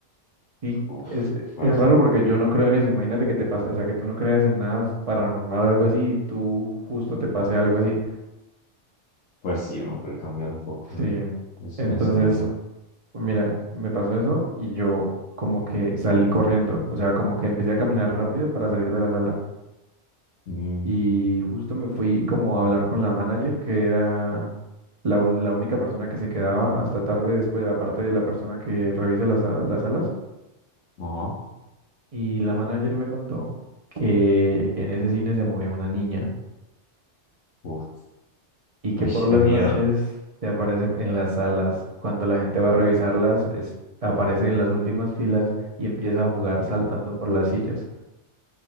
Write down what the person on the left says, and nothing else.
uf,
fuerte.
Pues sí, uno puede cambiar un poco
eh, ese
pensamiento.
Mm,
ajá,
uf,
uy,
qué
miedo.